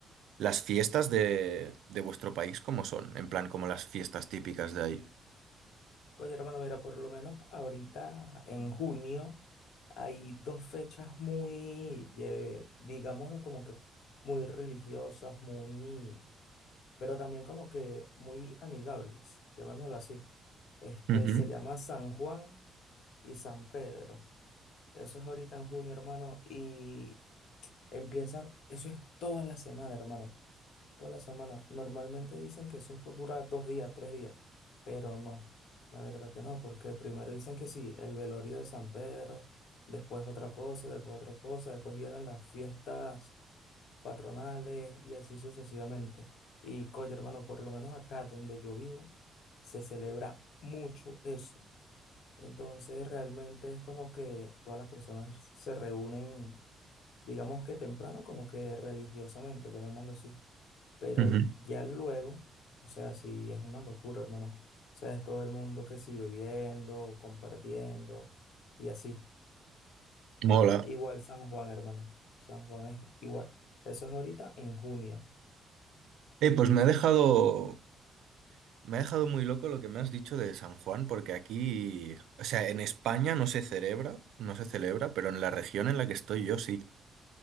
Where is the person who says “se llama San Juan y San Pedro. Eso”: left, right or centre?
Left